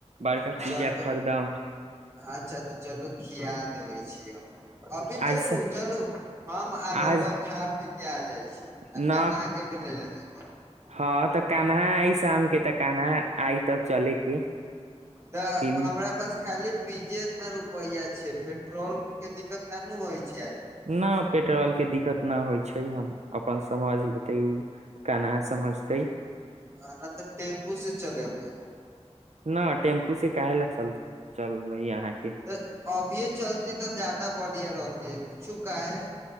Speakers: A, on the right; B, on the right.
A: बड़का
B: चलू
A: पिज्जा खरीदम
B: अच्छा तऽ चलू खिया देबै छियै हम अभी
A: आज
B: चलू
A: स-
B: चलू हम आ रौआ
A: आज
B: खा पी <unintelligible>
A: न
B: आ <unintelligible>
A: हँ तऽ कानहा आई शाम के तऽ कानहा आई तब चले के।
B: तऽ
A: तीनू
B: हमरा पास खाली पीज्जे एतना रुपैया छैय पेट्रोल के दिक्कत त ननू होइ छैय आज।
A: न पेट ट्रोल के दिक्कत न होइ छैय हम अपन समझ लेते ओ केना समझतै
B: ह ना तऽ टेम्पू से चलेकेे।
A: न टेम्पू से काहे ल चल चल यहाँ
B: तऽ अभियए चलती तऽ ज्यादा बढ़िया रहतय पूछू काहे?